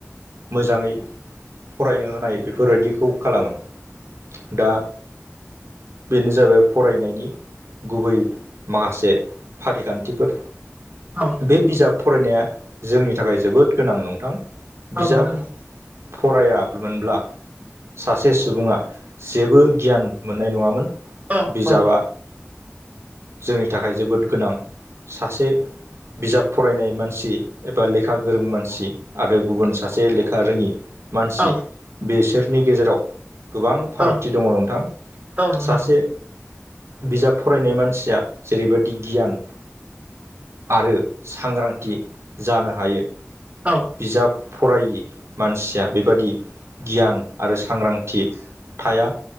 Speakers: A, on the right; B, on the right.
A: मोजाङै फरायनो होनाय बेफोरबायदिखौ खालामो दा बेनो जाबाय फरायनायनि गुबै माखासे फारिखान्थिफोर।
B: औ
A: बे बिजाब फरायनाया जोंनि थाखाय जोबोद गोनां नोंथां बिजाब
B: औ नोंथां औ
A: फरायामोनब्ला सासे सुबुङा जेबो गियान मोननाय नङामोन‌
B: औ
A: बिजाबा
B: औ
A: जोंनि थाखाय जोबोद गोनां सासे बिजाब फरायनाय मानसि एबा लेखा गोरों मानसि आरो गुबुन सासे लेखा रोङि मानसि
B: औ
A: बेसोरनि गेजेराव गोबां फारागथि
B: औ
A: दङ नोंथां
B: औ नोंथां
A: सासे बिजाब फरायनाय मानसिया जेरैबायदि गियान आरो सांग्रांथि जानो हायो
B: औ
A: बिजाब फरायि मानसिया बेबादि गियान आरो सांग्रांथि थाया